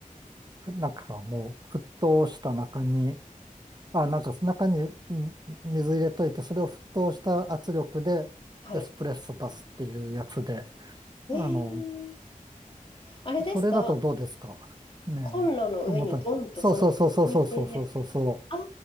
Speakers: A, on the right; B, on the left.
A: なんかもう沸騰した中にあ、なんか中にん水入れといて、それを沸騰した圧力でエスプレッソ出すっていうやつで、
B: はい。えー、
A: あの、
B: あれですか
A: それだとどうですかねえ。
B: コンロの上にドンとそのまま置いて。
A: と思ったんですそうそうそうそうそうそうそうそうそ
B: ああ、